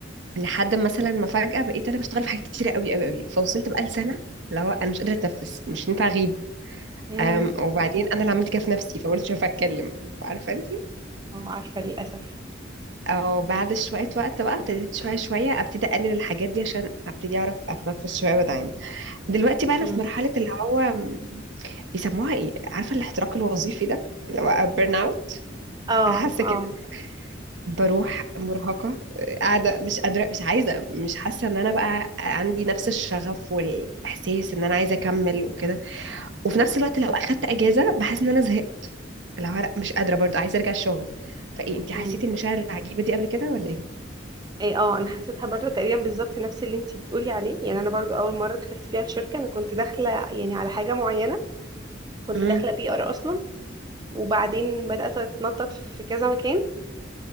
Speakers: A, on the right; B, on the right.
A: لحد مثلا ما فجأة بقيت أنا بشتغل في حاجات كتيرة قوي قوي قوي فوصلت بقى لسنة اللي هو أنا مش قادرة أتنفس مش ينفع أغيب
B: امم
A: أم، وبعدين انا اللي عملت كده في نفسي فقلت شوف اتكلم عارفه انت
B: اه عارفه للاسف
A: او بعد شويه وقت بقى ابتديت شويه شويه ابتدي اقلل الحاجات دي عشان ابتدي اعرف اتنفس شويه واتعامل دلوقتي بقى انا
B: امم
A: في مرحله اللي هو م، بيسموها ايه عارفه الاحتراق الوظيفي ده اللي هو بيرن اوت
B: اه
A: انا حاسه كده
B: اه
A: بروح مرهقه قاعده مش قادره مش عايزه مش حاسه ان انا بقى عندي نفس الشغف والاحساس ان انا عايزه اكمل وكده وفي نفس الوقت لو اخدت اجازه بحس ان انا زهقت اللي هو لا مش قادرة برضه عايزة ارجع الشغل فايه انت حسيتي
B: امم
A: المشاعر العجيبة دي قبل كده ولا ايه؟
B: ايه اه انا حسيتها برضو تقريبا بالظبط نفس اللي انتي بتقولي عليه يعني انا برضو اول مره دخلت فيها الشركه انا كنت داخله يعني على حاجه معينه كنت
A: امم
B: داخله بي ار اصلا وبعدين بدات اتنطط في كذا مكان